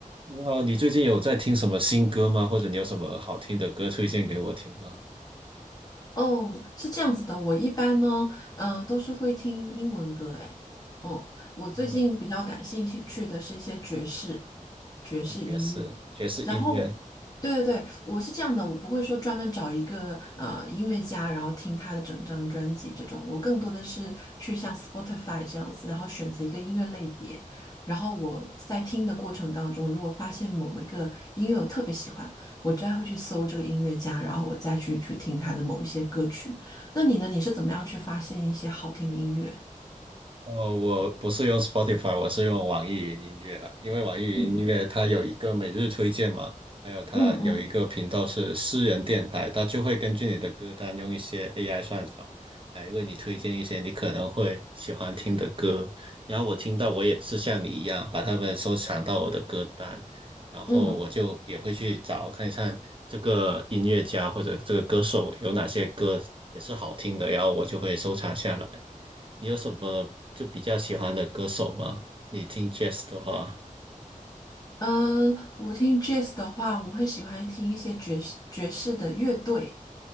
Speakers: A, on the right; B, on the left.
A: 你好，你最近有在听什么新歌吗？或者你有什么好听的歌推荐给我听吗？
B: 哦，是这样子的，我一般呢，嗯、都是会听英文歌，诶，嗯，我最近比较感兴趣的是一些爵士，
A: 英文歌
B: 爵士音乐。
A: 哦爵士爵士音乐。
B: 然后，对对对，我是这样的，我不会说专门找一个呃音乐家，然后听他的整张专辑这种，我更多的是去像 Spotify 这样子，然后选择一个音乐类别，然后我在听的过程当中，如果发现某一个音乐我特别喜欢，我就会去搜这个音乐家，然后我再去去听他的某一些歌曲。那你呢？你是怎么样去发现一些好听的音乐？
A: 哦，我不是用 Spotify，我是用网易云音乐了，因为网易云音乐它有一个每日推荐嘛，
B: 嗯
A: 还有它有一个频道是私人电台，
B: 嗯嗯
A: 它就会根据你的歌单用一些 AI 算法来为你推荐一些你可能会喜欢听的歌。然后我听到我也是像你一样把它们收藏到我的歌单，然后我就也会去找看一看这个音乐家或者这个歌手有哪些歌也是好听的，
B: 嗯。
A: 然后我就会收藏下来。你有什么就比较喜欢的歌手吗？你听 jazz 的话，
B: 嗯，我听 jazz 的话，我会喜欢听一些爵士爵士的乐队，